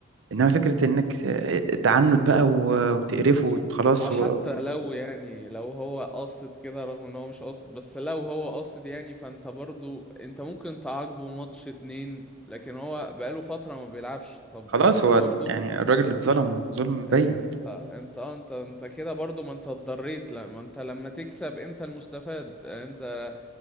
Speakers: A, on the right; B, in the centre.
A: انما فكرة انك آه، تعنت بقى و- وتقرفه وت- خلاص
B: وحتى
A: هو
B: لو يعني لو هو قاصد كده رغم ان هو مش قاصد بس لو هو قاصد يعني فانت برضو انت ممكن تعاقبه ماتش اتنين لكن هو بقاله فترة ما بيلعبش طب
A: خلاص
B: ما انت
A: هو
B: برضو
A: يعني الراجل اتظلم ظلم
B: انت
A: باين
B: انت اه انت انت كده برضو ما انت اتضريت لا ما انت لما تكسب انت المستفاد انت